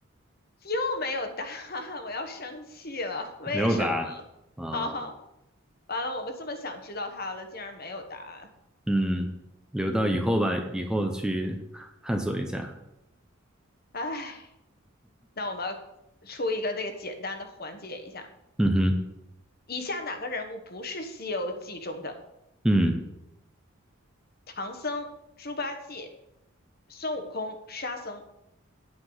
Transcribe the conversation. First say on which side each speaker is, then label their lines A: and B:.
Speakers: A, on the left (about 45°); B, in the centre.
A: 又没有答案，我要生气了，为什么？
B: 没有答啊，
A: 哈哈，完了，我们这么想知道它了，竟然没有答案，
B: 嗯，留到以后吧，以后去探索一下，
A: 唉，那我们出一个那个简单的缓解一下。
B: 嗯哼，
A: 以下哪个人物不是《西游记》中的
B: 嗯
A: 唐僧、猪八戒、孙悟空、沙僧，